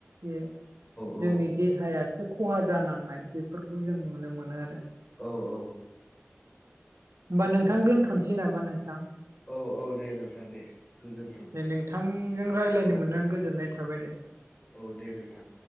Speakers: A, on the right; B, on the left.
A: बे
B: औ
A: जोंनि देहायासो खहा जानांनाय बेफोरखौ जों नुनो मोनो आरो।
B: औ औ।
A: होमबा नोंथां दोन्थ'नोसै नामा नोंथां।
B: औ औ दे नोंथां दे गोजोन्थों
A: नोंथांजों रायज्लायनो
B: औ
A: मोननानै गोजोननाय थाबाय दे
B: औ दे नोंथां।